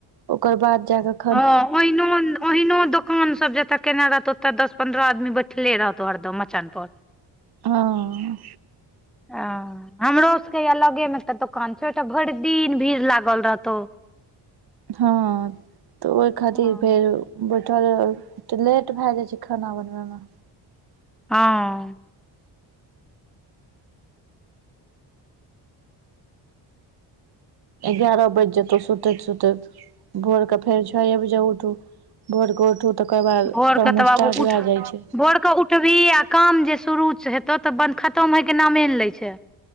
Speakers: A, on the right (about 55°); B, in the centre.
A: ओकर बाद जाकऽ
B: हँ ओहिनोन अहिनो कान सब जतय केने रहत ओतय दस पन्द्रह आदमी बैठले रहतौ हरदम मचान पर।
A: हँ।
B: आ। हमरो सबके यै लगे मे एकटा दोकान छै तऽ भरि दिन भीड़ लागल रहतौ।
A: हँ तऽ ओय खातिर
B: हँ
A: फेर बैठल तऽ लेट भए जाइ छै खाना बनबै मे।
B: हँ।
A: एगारह बैज जेतौ सुतैत सुतैत। भोरकेऽ फेर छोये बजे उठू, भोरकेऽ उठू तकर बाद
B: भोर
A: काम
B: के तऽ बाबू
A: स्टार्ट
B: उठ
A: भ जाइ छै।
B: भोर क उ ठबीही आ काम जे शुरू हेतौ तऽ खतम होइके नामे ने लै छै।